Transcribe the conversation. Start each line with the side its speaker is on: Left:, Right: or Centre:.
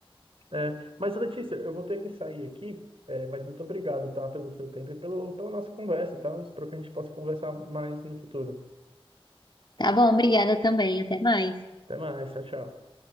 Right: É, mas, Letícia, eu vou ter que sair aqui, é, mas muito obrigado, tá, pelo seu tempo e pelo, pela nossa conversa, tá? Eu espero que a gente possa conversar mais no futuro.
Left: Tá bom, obrigada também, até mais.
Right: Até mais, tchau, tchau.